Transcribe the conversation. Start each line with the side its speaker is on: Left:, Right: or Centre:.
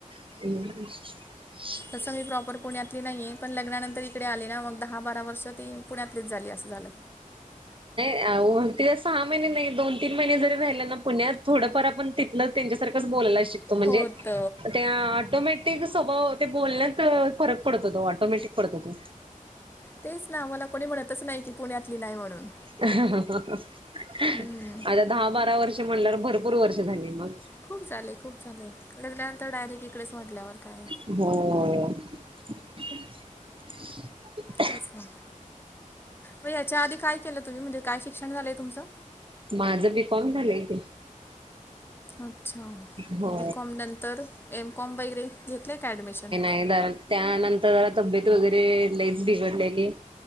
Right: <unintelligible>
Left: तस मी प्रॉपर पुण्यातली नाहीये, पण लग्नानंतर इ इकडे आली ना, मग दहा बारा वर्ष ती पुण्यातलीच झाली असं झालं.
Right: आ ओ ते सहा महिने नाही दोन तीन महिने जरी राहिल ना, पुण्यात थोडंफार आपण तिथलं त्यांच्यासारखंच बोलायला शिक तो म्हणजे,
Left: होत
Right: त्या ऑटोमॅटिक ते स्वभाव ते बोलण्यात फरक पडतो तो ऑटोमॅटिक पडतो तो
Left: तेच ना मला कोणी म्हणतच नाही की पुण्यातली नाही म्हणून
Right: आता
Left: हम्म.
Right: दहा बारा वर्ष म्हणल्यावर भरपूर वर्ष झाली मग
Left: खूप झाले, खूप झाले. लग्नानंतर डायरेक्ट इकडेच म्हटल्यावर काय
Right: हम्म. <inaudible>
Left: तेच ना. मग याच्या आधी काय केलं तुम्ही म्हणजे काय शिक्षण झालंय तुमचं?
Right: माझं बी कॉम झालंय कि.
Left: अच्छा
Right: हो
Left: बी कॉम नंतर एम कॉम वगैरे घेतलंय का ॲडमिशन?
Right: <unintelligible> त्यानंतर जरा तब्येत वगैरे लईच बिघडलेली